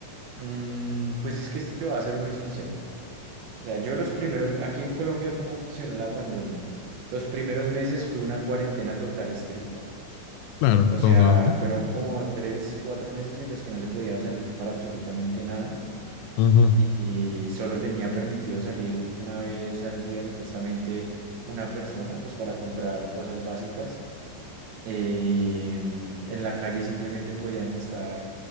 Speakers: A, on the right; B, on the left.
A: mm, pues es que te voy a ser muy sincero. O sea, yo los primeros, me- aquí en Colombia, ¿cómo funcionó la pandemia? Los primeros meses fue una cuarentena total estricta.
B: Claro,
A: O
B: todos
A: sea,
B: lados, ¿no?
A: fueron como tres, cuatro meses en los que no se podía salir para absolutamente nada
B: Ajá.
A: y solo tenía permitido salir una vez al día, supuestamente, una persona, pues para comprar cosas básicas Eh, en la calle simplemente podían estar,